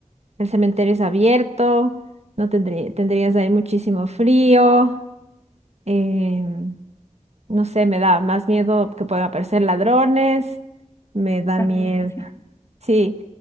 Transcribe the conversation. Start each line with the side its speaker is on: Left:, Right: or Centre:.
Right: el cementerio es abierto, no tendrí- tendrías ahí muchísimo frío, eh, no sé, me da más miedo que puedan aparecer ladrones, me da
Left: También,
Right: miedo.
Left: <laughs> sí.
Right: Sí,